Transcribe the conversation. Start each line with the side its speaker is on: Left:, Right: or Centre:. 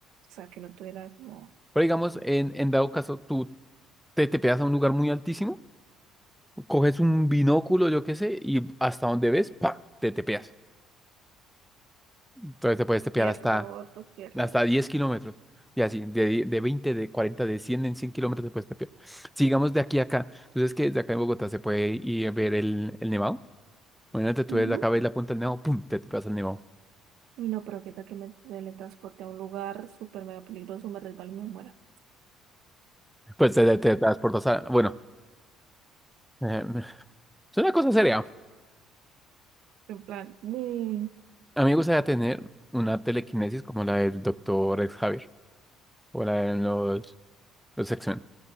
Right: o sea, que no tuviera como
Centre: Pero digamos, en, en dado caso, tú te tepeas a un lugar muy altísimo, coges un binóculo, yo qué sé, y hasta donde ves, ¡pa! te tepeas. Entonces te puedes tepear
Right: pie
Centre: hasta
Right: roto, pie roto.
Centre: hasta 10 kilómetros. Y así, de, die- de 20 de 40 de 100 en 100 kilómetros después de Puesta Sigamos de aquí a acá. Entonces, que desde acá en Bogotá se puede ir a ver el, el nevado. Imagínate, tú
Right: Ujú.
Centre: desde acá ves la punta del nevado, ¡pum! Te, te pasa el nevado.
Right: Uy, No, pero qué tal que me teletransporte a un lugar súper mega peligroso, me resbalo y me muera.
Centre: Pues te, te transportas a... Bueno, eh, es una cosa seria.
Right: En plan, ¡boom!
Centre: A mí me gustaría tener una telequinesis como la del doctor Javier o la de los, los X-Men.